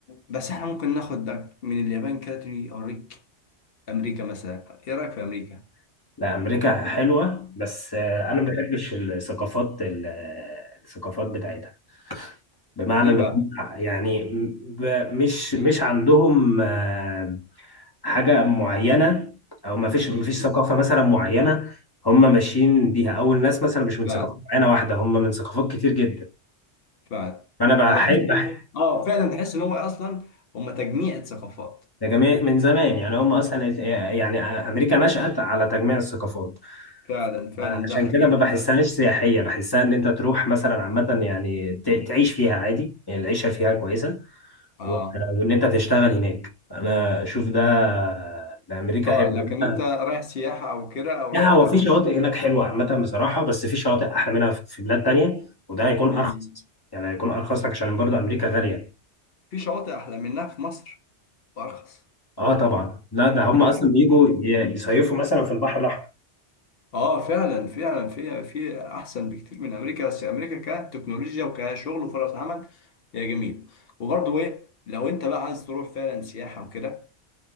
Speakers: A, on the left; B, on the left.
A: بس احنا ممكن ناخدك من اليابان كده تيجي اوريك امريكا مثلا ايه رايك في امريكا
B: لا امريكا حلوة بس آه
A: آه.
B: انا ما بحبش الثقافات ال- الثقافات بتاعتها بمعنى
A: ليه
B: اللي
A: بقى
B: هم يعني ب- مش مش عندهم آه، حاجة معينة أو ما فيش ما فيش
A: مم.
B: ثقافة مثلا معينة هم ماشيين بيها أو الناس مثلا مش من
A: بعد
B: ثقافة معينة واحدة هم من ثقافات كتير جدا
A: بعد
B: فأنا بحب
A: هما تحس إن-
B: بحب-
A: اه فعلا تحس ان هو اصلا هما تجميع ثقافات
B: ده جميع من زمان يعني هم أصلا يعني أمريكا نشأت على تجميع الثقافات
A: فعلا فعلا
B: عشان
A: ده حقيقي
B: كده ما بحسهاش سياحية بحسها إن أنت تروح مثلا عامة يعني ت- تعيش فيها عادي يعني العيشة فيها كويسة
A: اه
B: و- وان انت تشتغل هناك انا اشوف ده ده امريكا
A: اه
B: حلوه
A: لكن انت رايح سياحه او كده او
B: لا
A: رايح
B: هو
A: لا
B: في
A: مش
B: شواطئ هناك حلوه عامه بصراحه بس في شواطئ احلى منها في في بلاد تانية وده هيكون
A: مم.
B: ارخص يعني هيكون ارخص لك عشان برضه امريكا غاليه
A: في شواطئ احلى منها في مصر وارخص
B: اه طبعا لا ده هم
A: في دهب
B: اصلا بيجوا ي- يصيفوا مثلا في البحر الاحمر
A: اه فعلا فعلا في في احسن بكتير من امريكا بس امريكا كتكنولوجيا وكشغل وفرص عمل هي جميل وبرضه ايه لو انت بقى عايز تروح فعلا سياحه وكده